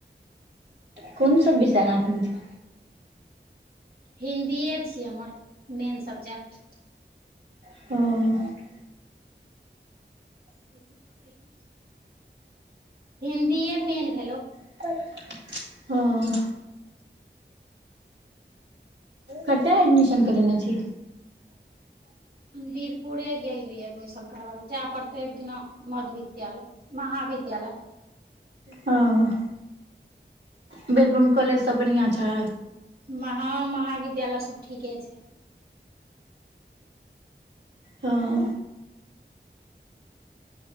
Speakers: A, on the right (about 70°); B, on the right (about 55°).
A: कुन सब विषय राखने छैं?
B: हिन्दीए छियै हमर मेन सब्जेक्ट।
A: ओऽ।
B: <inaudible> हिन्दीेए मेन भेलौ।
A: <inaudible> हॉं। कताऽ एडमिशन करेने छी?
B: हम बीरपुरे गेल रहिये एडमिशन करबाबै, जैऽय पड़तै एक दिना मध्य विद्यालय महाविद्यालय।
A: हाॅं। बीरपुर में कॉलेज सब बढ़िआँ छै?
B: महा महाविद्यालय सब ठीके छै।
A: हँ